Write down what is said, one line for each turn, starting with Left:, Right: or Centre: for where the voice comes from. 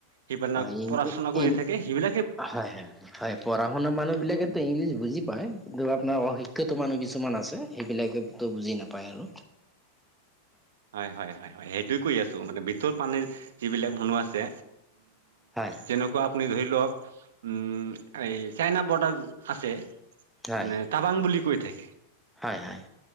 Right: সেইবিলাক
Centre: হয়, ইংলি
Right: পঢ়াচুনা কৰি
Centre: ইং
Right: থাকে সেইবিলাক
Centre: হয় হয় হয় পঢ়া শুনা মানুহ বিলাকেতো ইংলিছ বুজি পায় কিন্তু আপোনাৰ অশিক্ষিত শিত মানুহ কিছুমান আছে সেইবিলাকেতো বুজি নাপায় আৰু
Right: হয় হয় হয় হয় সেইটো কৰি আছো মানে ভিতৰত পানীৰ যিবিলাক মানুহ আছে
Centre: হয়,
Right: তেনেকুৱা আপুনি ধৰি লওক উম এই চাইনা বৰ্ডাৰ আছে
Centre: হয়,
Right: মানে টাবাং বুলি কৈ। থাকে
Centre: হয় হয়